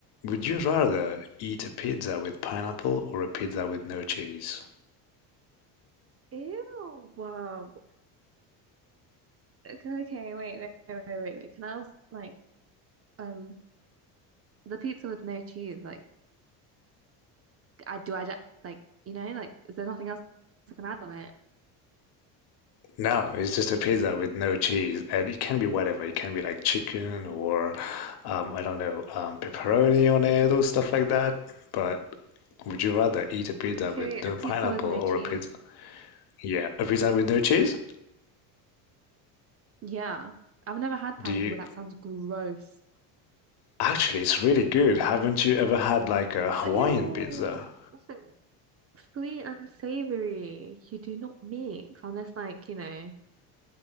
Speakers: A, on the left (about 55°); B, on the right (about 30°).
A: Would you rather eat a pizza with pineapple or a pizza with no cheese?
B: Ew. Wow. Okay, okay, wait, wait, wait, wait, wait. wait. Can I ask, like, um, the pizza with no cheese? Like, I do I ju- like, you know, like, is there nothing else I can add on it?
A: No, it's just a pizza with no cheese, and it can be whatever. It can be like chicken or
B: <laughs>
A: um, I don't know, um, pepperoni on it or stuff like that. But would you rather eat a pizza
B: Okay,
A: with no
B: a pizza
A: pineapple
B: with no
A: or
B: cheese.
A: a pizza? Yeah, a pizza with no cheese?
B: Yeah, I've never had pineapple,
A: Do you?
B: but that sounds gross.
A: Actually, it's really good. Haven't you ever had like a Hawaiian
B: Ew.
A: pizza?
B: <laughs> Sweet and savory. You do not mix unless, like, you know,